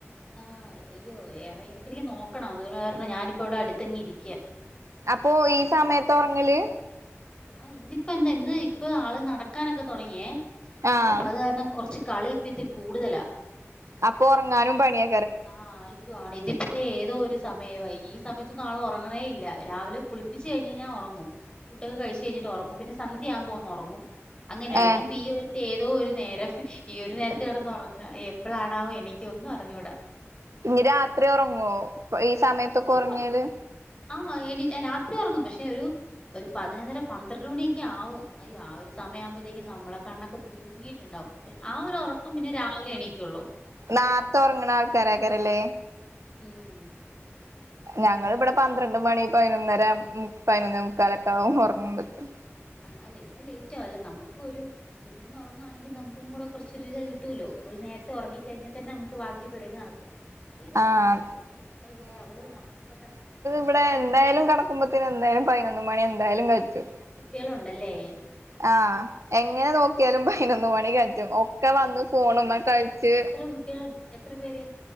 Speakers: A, on the left; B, on the right.
A: ആഹ് അയ്യോ എറ എടക്കെടക്ക് നോക്കണം അതുകാരണം ഞാനിപ്പൊ ഇവടെ അടുത്തെഞ്ഞിരിക്ക്യാ.
B: അപ്പോ ഈ സമയത്തൊറങ്ങല്?
A: ആ ഇന്നിപ്പോ എന്താ ഇന്ന് ഇപ്പൊ ആള് നടക്കാനൊക്കെ തൊടങ്യേ
B: ആഹ്
A: അപ്പൊ അത് കാരണം കൊർച്ച് കളി ഇപ്പൊ ഇത്ത് രി കൂടുതലാ.
B: അപ്പൊ ഒർങ്ങാനും പണ്യാ
A: ആഹ് ആയി ആണ് ഇതിപ്പഴെ ഏതോ ഒരു സമയമായി ഈ സമയത്തൊന്നും ആൾ ഉറങ്ങണേ ഇല്ല രാവിലെ കുളിപ്പിച്ച് കഴിഞ്ഞഴിഞ്ഞാ ഒറങ്ങും. ഫുഡ്ഡൊക്കെ കഴിച്ച് കഴിഞ്ഞിട്ട് ഒറങ്ങും പിന്നെ സന്ധ്യാവുമ്പോ ഒന്ന് ഒറങ്ങും. അങ്ങനാണ്
B: ഏഹ്
A: ഇതിപ്പൊ ഈ ഒരുര്ത്ത് ഏതോ ഒരു നേരം ഈ ഒരു നേരത്ത് കെടന്ന് ഒറങ്ങ എപ്പളാണാവോ എണീക്കാ ഒന്നും അറിഞ്ഞൂടാ.
B: ഇഞ്ഞി രാത്രി ഒറങ്ങോ ഈ സമയത്തൊക്കെ
A: രാത്രി
B: ഒറങ്യാല്.
A: ആഹ് എനി രാത്രി ഒറങ്ങും പക്ഷെ ഒരു ഒരു പതിനൊന്നര പന്ത്രണ്ട് മണിയൊക്കെ ആവും അയ്യോ ആ ഒരു സമയാവുമ്പോഴത്തേക്കും നമ്മളെ കണ്ണൊക്കെ തൂങ്ങിയിട്ടുണ്ടാവും. ആ ഒരൊറക്കം പിന്നെ രാവിലെ എണീക്കൊള്ളൂ.
B: നാർത്ത ഒറങ്ങ്ണ ആൾക്കാരെയ്ക്കാരല്ലേ.
A: ഉം
B: ഞങ്ങള് വ്ടെ പന്ത്രണ്ട് മണി പതിനൊന്നര പതിനൊന്നേ മുക്കാലൊക്ക ആവും ഓറങ്ങുമ്പോത്തിന്.
A: ആഹ് അല്ല ഇവിടെ ലേറ്റ് ആവും അല്ല നമുക്ക് ഒരു കുഞ്ഞൊന്ന് ഒറങ്ങുവാണെങ്കി നമുക്കും കൂടെ കൊറച്ച് ഒരുരിത കിട്ടോല്ലോ ഇവൾ നേരത്തെ ഒറങ്ങികഴിഞ്ഞാ തന്നെ നമുക്ക് ബാക്കി പരിപാടി നട ഇതതൊന്നുംല്ല
B: ആഹ്
A: ഇതിപ്പ നമ്മള് കൂടെ അവള് നമ്മള് എപ്പ കെടക്
B: ഇവ്ടെ എന്തായാലും കടക്കുമ്പത്തന് എന്തായാലും പതിനൊന്ന് മണി എന്തായാലും കജ്ജും.
A: കുട്ട്യാളുണ്ടല്ലേ.
B: ആഹ് എങ്ങനെ നോക്ക്യാലും പതിനൊന്ന് മണി കജ്ജും ഒക്കെ
A: ആവോ
B: വന്ന് ഫോണ്‌മ്മെ
A: ആ
B: കൾച്ച്
A: എത്ര കുട്ട്യാള്ണ്ട്‌ എത്ര പേര്